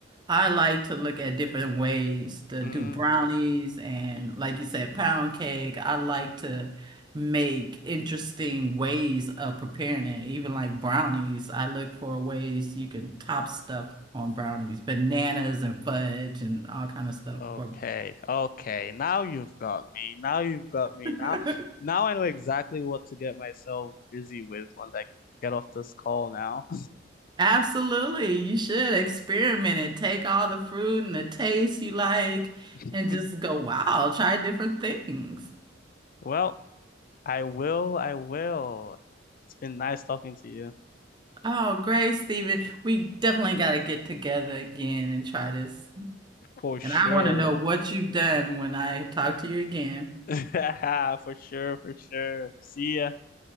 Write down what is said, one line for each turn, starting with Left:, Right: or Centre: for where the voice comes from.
Right: I like to look at different ways to
Left: Hmm.
Right: do brownies and, like you said, pound cake. I like to make interesting ways of preparing it. Even like brownies, I look for ways you can top stuff on brownies, bananas and fudge and all kind of stuff
Left: Okay.
Right: for
Left: Okay. Now you've got me. Now you've got me.
Right: <laughs>
Left: Now, now I know exactly what to get myself busy with once I get off this call now.
Right: Absolutely. You should experiment it. Take all the fruit and the taste you like
Left: <laughs>
Right: and just go, wow, try different things.
Left: Well, I will. I will. It's been nice talking to you.
Right: Oh, great, Stephen. We definitely got to get together again and try this.
Left: For sure.
Right: And I want to know what you've done when I talk to you again.
Left: <laughs> For sure, for sure. See ya.